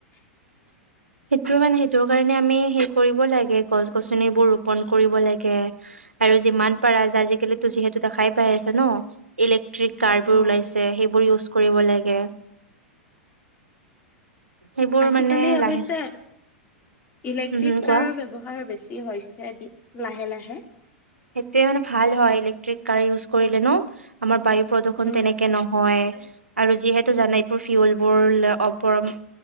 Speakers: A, on the left; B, on the right.
A: <unintelligible>
B: সেইটো মানে সেইটো কাৰণে আমি সেই কৰিব লাগে, গছ গছনিবোৰ ৰোপণ কৰিব লাগে। আৰু যিমান পাৰা যে আজিকালি যিহেতু দেখাই পাই আছা ন ইলেক্ট্ৰিক কাৰ বোৰ
A: অ,
B: ওলাইছে সেইবোৰ ইউজ কৰিব লাগে। সেইবোৰ
A: আজিকালি
B: মানে
A: অৱশ্যে
B: লাহে
A: ইলেক্ট্ৰিক
B: উম হম কোৱা
A: কাৰৰ ব্যৱহাৰ বেছ। চি হৈছে দি লাহে লাহে।
B: সেইটোৱে মানে ভাল হয় ইলেক্ট্ৰিক কাৰ ইউজ কৰিলে ন আমাৰ বায়ু প্ৰদূষণ
A: উম।
B: তেনেকে ন। হয় আৰু যিহেতু জানাই এইবোৰ ফিউলবোৰ ল অপৰম।